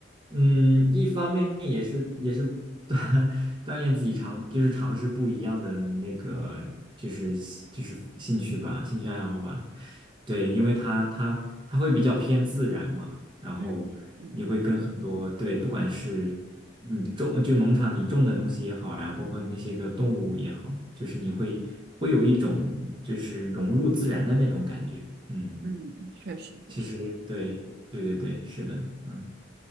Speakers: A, on the right; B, on the right.
A: 嗯，一方面也是也是 <laughs> 锻锻炼自己尝，就是尝试不一样的那个，就是就是兴趣吧，兴趣爱好吧。对，因为它它它会比较偏自然嘛，然后你会跟很多，
B: 嗯嗯嗯
A: 对，不管是你种就农场你种的东西也好，然后包括那些个动物也好，就是你会会有一种就是融入自然的那种感觉，嗯。
B: 嗯，确实确实。
A: 其实对对对对，是的，嗯，